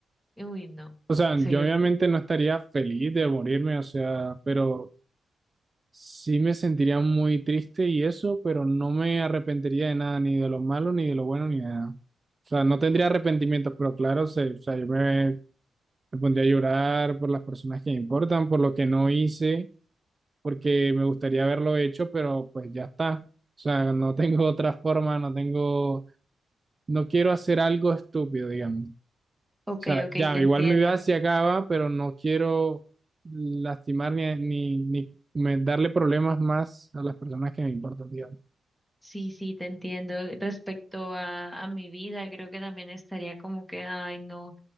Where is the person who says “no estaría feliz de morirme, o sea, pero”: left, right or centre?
Right